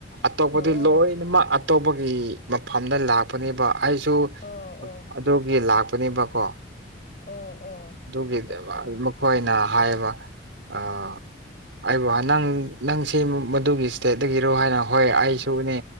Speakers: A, on the right (about 80°); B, on the left (about 50°).
A: ꯑꯇꯣꯞꯄꯗꯤ
B: ꯑꯣ
A: ꯂꯣꯏꯅꯃꯛ ꯑꯇꯣꯞꯄ ꯃꯐꯝꯗ ꯂꯥꯛꯄꯅꯦꯕ ꯑꯩꯁꯨ
B: ꯑꯣ ꯑꯣ
A: ꯑꯗꯨꯒꯤ ꯂꯥꯛꯄꯅꯦꯕꯀꯣ
B: ꯑꯣ ꯑꯣ
A: ꯑꯗꯨꯒꯤ
B: ꯑꯆꯥ ꯑꯠꯆꯥ
A: ꯃꯈꯣꯏꯅ ꯍꯥꯏꯕ ꯑ ꯑꯩꯕꯨ ꯅꯪ ꯅꯪꯁꯤ ꯃꯗꯨꯒꯤ ꯏꯁꯇꯦꯠꯇꯒꯤꯔꯣ ꯍꯥꯏꯅ ꯍꯣꯏ ꯑꯩꯁꯨꯅꯦ